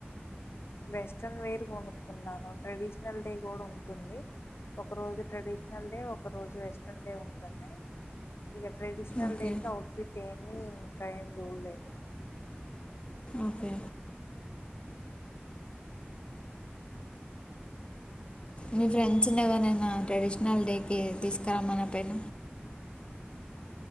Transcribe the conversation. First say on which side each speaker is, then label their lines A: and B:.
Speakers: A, on the left; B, on the left.
A: వెస్ట్రన్ వేర్ కొనుక్కున్నాను ట్రెడిషనల్ డే కూడా ఉంటుంది ఒక రోజు ట్రెడిషనల్ డే ఒక రోజు వెస్ట్రన్ డే ఉంటుంది ఇక ట్రెడిషనల్
B: ఓకే
A: డే క అవుట్ఫిట్ ఏమిీ ఇంకా ఏం చూడలేదు
B: ఓకే మీ ఫ్రెండ్స్ ఉండగానైనా ట్రెడిషనల్ డే క తీసుకురమ్మ నా పైన